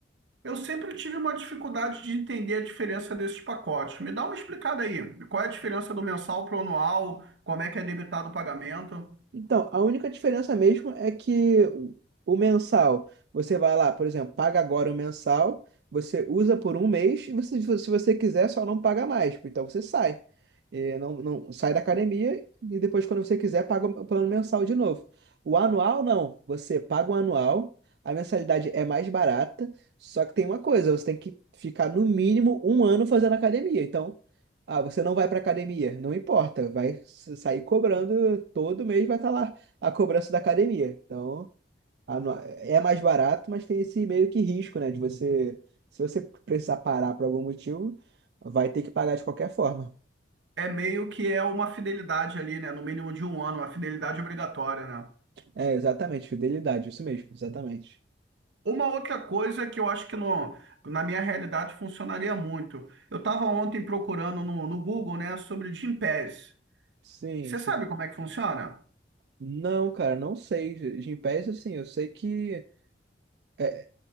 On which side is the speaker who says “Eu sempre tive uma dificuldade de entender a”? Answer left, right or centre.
Right